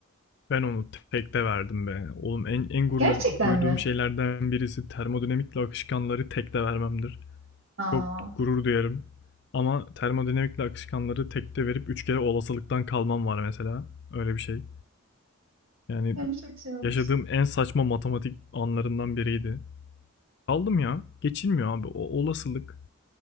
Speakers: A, on the left (about 50°); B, on the right (about 65°).
A: Ben onu tekte verdim be. Oğlum en
B: <laughs>
A: en gurur
B: Gerçekten
A: duyduğum
B: mi?
A: şeylerden birisi termodinamikle akışkanları tekte vermemdir.
B: Aa,
A: Çok gurur duyarım. Ama termodinamikle akışkanları tekte verip 3 kere olasılıktan kalmam var mesela. Öyle bir şey. Yani
B: ben bu çok şey olmuş.
A: yaşadığım en saçma matematik anlarından biriydi. Kaldım ya. Geçilmiyor abi. O olasılık,